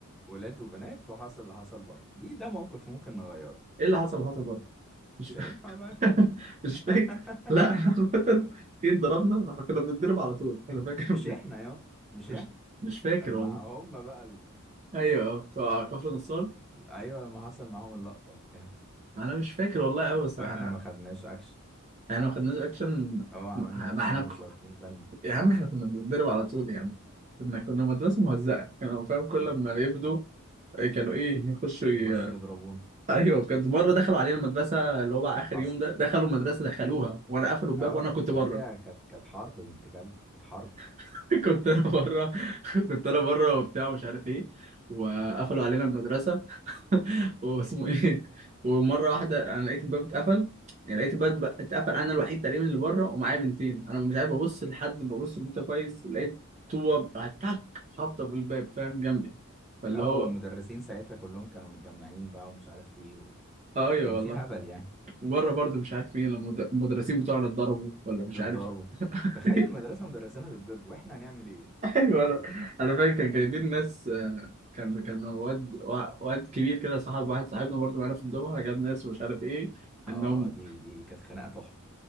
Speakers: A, in the centre; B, on the right.
A: ولاد وبنات وحصل اللي حصل بره دي ده موقف ممكن نغيره
B: ايه اللي حصل حصل برضه مش
A: مش هينفع بقى أتكلم
B: <laughs>
A: بقى
B: مش
A: <laughs>
B: فاكر لا احنا عامة ايه اتضربنا احنا كنا بنتضرب على طول انا فاكر
A: مش
B: مش
A: إحنا يا مش
B: مش
A: إحنا
B: مش فاكر
A: لما
B: والله
A: هم بقى ال...
B: ايوه اه بتوع كفر نصار
A: أيوة لما حصل معاهم اللقطة وبتاع
B: انا مش فاكر والله قوي بس
A: وإحنا
B: انا
A: ما خدناش أكشن
B: ما خدناش اكشن
A: أه عملنا
B: ما
A: نفسنا
B: ما احنا
A: مش واخدين بالنا
B: يا عم احنا كنا بنتدرب على طول يا عم كنا كنا مدرسة مهزأة كانوا فاهم كل
A: م-
B: ما يفضوا كانوا ايه يخشوا ي...
A: يخشوا يضربونا
B: ايوه بجد مرة دخلوا علينا المدرسة اللي هو بقى اخر
A: حصل
B: يوم ده دخلوا المدرسة دخلوها وانا قفلوا الباب
A: اه
B: وانا كنت
A: اه ما
B: بره
A: هي كانت كانت حرب بنت كلب كانت حرب
B: <laughs> كنت انا بره <laughs> كنت انا بره وبتاع مش عارف ايه وقفلوا علينا المدرسة <laughs> واسمه ايه ومره واحده انا لقيت الباب اتقفل يعني لقيت الباب ب- اتقفل انا الوحيد تقريبا اللي بره ومعايا بنتين انا مش عارف ابص لحد ببص لبنت كويس لقيت طوبه تك خابطه في الباب فاهم جنبي فاللي
A: اه
B: هو
A: والمدرسين ساعتها كلهم كانوا متجمعين بقى ومش عارف ايه و...
B: ايوه
A: كان
B: والله
A: في هبل يعني
B: وبره برضه مش عارف مين لما المد- المدرسين بتوعنا اتضربوا ولا مش
A: اتضربوا
B: عارف <laughs>
A: تخيل مدرسة مدرسينها بيتضربوا واحنا هنعمل ايه
B: ايوه انا انا فاكر كان جايبين ناس آه، كان كان واد وا- واد كبير كده صاحب واحد صاحبنا برضه معانا في الدفعه جاب ناس ومش عارف ايه
A: اه
B: انهم
A: اه دي دي كانت خناقة تحفة